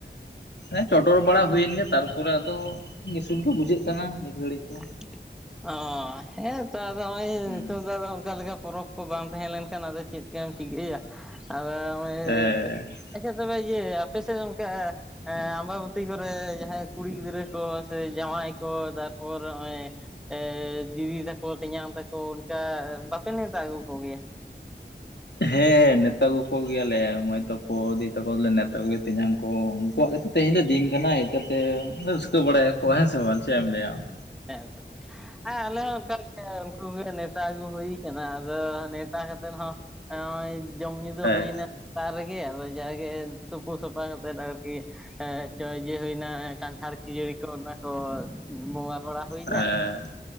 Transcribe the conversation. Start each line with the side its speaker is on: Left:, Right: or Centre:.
Left: ᱮᱸ ᱪᱚᱰᱚᱨ ᱵᱟᱲᱟ ᱦᱩᱭᱮᱱ ᱜᱮ ᱛᱟᱨᱯᱚᱨᱮ ᱟᱫᱚ, ᱱᱤᱥᱩᱱ ᱜᱮ ᱵᱩᱡᱷᱟᱹᱜ ᱠᱟᱱᱟ ᱱᱤᱛ ᱜᱷᱟᱹᱲᱤᱡ ᱫᱚ,
Centre: <inaudible> ᱚᱻ ᱦᱮᱸ ᱛᱚ ᱟᱫᱚ ᱱᱚᱜᱼᱚᱭ
Left: ᱦᱩᱸ
Centre: ᱱᱤᱛᱚᱝ ᱫᱚ ᱚᱱᱠᱟ ᱞᱮᱠᱟ ᱯᱚᱨᱚᱵᱽ ᱠᱚ ᱵᱟᱝ ᱛᱟᱦᱮᱸ ᱞᱮᱱᱠᱷᱟᱱ ᱟᱫᱚ ᱪᱮᱫ ᱠᱚᱭᱟᱢ ᱪᱤᱠᱟᱹᱭᱟ ᱟᱫᱚ ᱮᱻ
Left: ᱦᱮᱸ
Centre: ᱟᱪᱪᱷᱟ ᱛᱚᱵᱮ ᱤᱭᱟᱹ ᱟᱯᱮ ᱥᱮᱫ ᱚᱱᱠᱟ᱾ ᱟᱢᱵᱟᱵᱛᱤ ᱠᱚᱨᱮ ᱡᱟᱦᱟᱸᱭ ᱠᱩᱲᱤ ᱜᱤᱫᱽᱨᱟᱹ ᱠᱚ ᱥᱮ ᱡᱟᱶᱟᱭ ᱠᱚ ᱛᱟᱨᱯᱚᱨ᱾ ᱱᱚᱜᱼᱚᱭ ᱮ ᱫᱤᱫᱤ ᱛᱟᱠᱚ ᱛᱮᱧᱟᱝ ᱛᱟᱠᱚ ᱚᱱᱠᱟ ᱵᱟᱯᱮ ᱱᱮᱣᱛᱟ ᱟᱹᱜᱩ ᱠᱚᱜᱮᱭᱟ,
Left: ᱦᱮᱸ ᱱᱮᱶᱛᱟ ᱟᱜᱩ ᱠᱚᱜᱮ ᱭᱟᱞᱮ ᱢᱟᱹᱭ ᱛᱟᱠᱚ ᱫᱤ ᱛᱟᱠᱚ ᱫᱚᱞᱮ ᱱᱮᱶᱛᱟ ᱟᱜᱩᱭᱮᱫ ᱛᱮᱧᱟᱝ ᱠᱚ ᱩᱱᱠᱩᱣᱟᱜ ᱜᱮᱛᱚ ᱛᱮᱦᱮᱧ ᱫᱚ ᱫᱤᱱ ᱠᱟᱱᱟ᱾ ᱦᱮᱡ ᱠᱟᱛᱮ ᱨᱟᱹᱥᱠᱟᱹ ᱵᱟᱲᱟᱭᱟ ᱠᱚ, ᱠᱚ ᱦᱮᱸᱥᱮ ᱵᱟᱝ ᱪᱮᱫ ᱮᱢ ᱞᱟᱭᱟ ᱟᱢ,
Centre: ᱦᱮᱸ ᱛᱟᱦᱞᱮ, ᱦᱮᱸ ᱟᱞᱮ ᱦᱚᱸ ᱚᱱᱠᱟ ᱜᱮ ᱩᱱᱠᱩᱜᱮ ᱱᱮᱶᱛᱟ ᱟᱹᱜᱩ ᱦᱩᱭ ᱠᱟᱱᱟ ᱟᱫᱚ ᱱᱮᱶᱛᱟ ᱠᱟᱛᱮ ᱦᱚᱸ ᱱᱚᱜᱚᱭᱻ ᱡᱚᱢ ᱧᱩ ᱫᱚ
Left: ᱦᱮᱸ
Centre: ᱦᱩᱭᱱᱟ ᱥᱮᱛᱟᱜ ᱨᱮᱜᱮ ᱟᱫᱚ ᱡᱟᱜᱮ ᱛᱩᱯᱩ ᱥᱟᱯᱷᱟ ᱠᱟᱛᱮᱫ ᱟᱨᱠᱤ, ᱦᱮᱸ ᱪᱚ ᱤᱭᱟ. ᱦᱩᱭᱱᱟ ᱠᱟᱱᱴᱷᱟᱲ ᱠᱷᱤᱡᱟᱹᱲᱤ ᱠᱚ ᱚᱱᱟ ᱠᱚ ᱵᱚᱸᱜᱟ ᱵᱚᱸᱜᱟ ᱵᱟᱲᱟ ᱦᱩᱭ ᱮᱱᱟ
Left: ᱦᱮᱸ